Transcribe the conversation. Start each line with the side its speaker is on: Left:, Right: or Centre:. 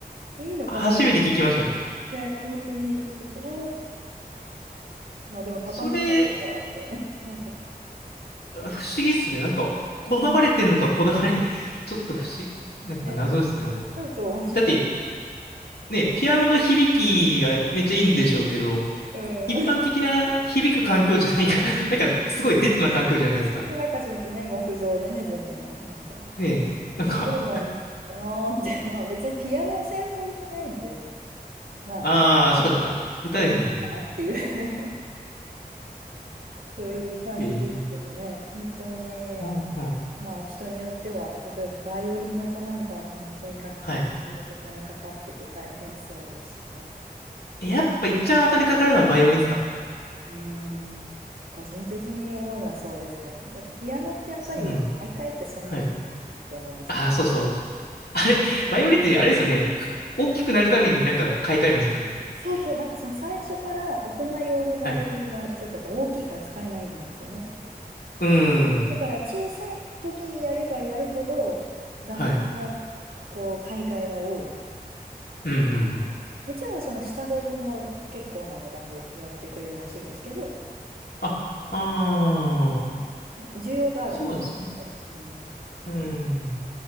Right: いいのか、
Left: 初めて聞きましたね。
Right: それ。ね、本当に、ちょっと、えーまあでも畳しかないからって。
Left: それ、
Right: <laughs>
Left: 不思議っすね。なんか、こだわれてんのか、
Right: うん。
Left: こだわれ、<laughs> ちょっと不思議、なんか謎ですね。
Right: ね、
Left: あの、
Right: ちょっと面白い。
Left: だって、ね、ピアノの響きがめっちゃいいんでしょうけど、
Right: うん。
Left: 一般的な響く環境じゃないから、<laughs> なんか、すごいデッドな環境じゃないですか。
Right: <laughs> なんかちょっとね、木造でね、全部ね、なんか、
Left: ねえ、なんか、
Right: なんかどうなんかなーって、<laughs> まあ別にピアノ専門じゃないので、まあ、
Left: ああ、そっかそっか。歌ですもんね。
Right: 演技かなっていうそういう感じですけどね、
Left: ええ
Right: 本当に、
Left: はあはあ、
Right: まあ人によっては、例えばバイオリンの子なんかは本当に楽器にお金かかってて大変そうでしたね。
Left: はい。え、やっぱ一番お金かかるのはバイオリンっすか
Right: うーん、個人的に思うのはそうですね。だってピアノってやっぱり買い替えってそんなにいいと思うんですね。
Left: うん。はい。ああ、そうそう。あれ、
Right: うん
Left: バイオリンってあれですよね。か大きくなるたびになんか買い替えるんですよね。
Right: そうそう、なんかその最初から大人用のバイオリンはちょっとやっぱ大きいから使えないんですよね。
Left: はい。うー
Right: だから小さい時にやればやるほど楽器のこう買い替えが多い。
Left: ん。はい。うんうんうん。
Right: もちろんその下取りも結構な値段でやってくれるらしいんですけど、
Left: あ、ああ、
Right: うん需要があるので、
Left: そうですね。
Right: やっぱり、うん、
Left: うん。